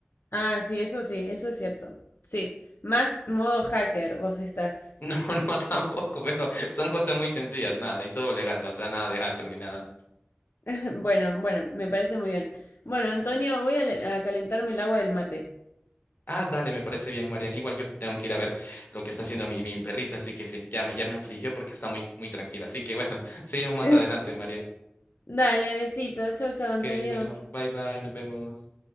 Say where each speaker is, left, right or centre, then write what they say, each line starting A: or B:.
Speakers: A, on the left; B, on the left.
A: Ah, sí, eso sí, eso es cierto. Sí, más modo hacker vos estás.
B: No, no tampoco, pero son cosas muy sencillas, nada, y todo legal, ¿no? O sea, nada de hacker ni nada.
A: <laughs> Bueno, bueno, me parece muy bien. Bueno, Antonio, voy a, le- a calentarme el agua del mate.
B: Ah, dale, me parece bien, Marian. Igual yo tengo que ir a ver lo que está haciendo mi, mi perrita, así que sí, ya me, ya me afligió porque está muy, muy tranquila. Así que bueno, <laughs> seguimos más
A: <laughs>
B: adelante, Marian.
A: Dale, besito. Chau, chau, Antonio.
B: Ok, bueno, bye bye, nos vemos.